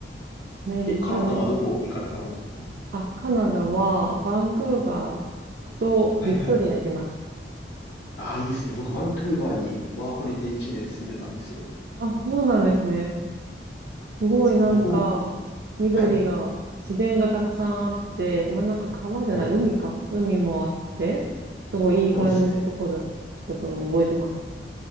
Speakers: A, on the right (about 60°); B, on the left (about 85°).
A: アメリカね。
B: え、カナダはどこ行かれたんですか
A: あ、カナダは、バンクーバーとビクトリア行きまし
B: はいはい。ああ、いいですね。僕、バンクーバーにワーホリで1年住んでたんですよ。
A: た。あ、そうなんですね。すごいなんか、
B: そう僕も、
A: 緑が、
B: はい、
A: 自然がたくさんあって、もうなんか川じゃない、
B: はい、
A: 海か。海もあって、すごいいい感じのとこだったのを覚えてます。
B: そうですね。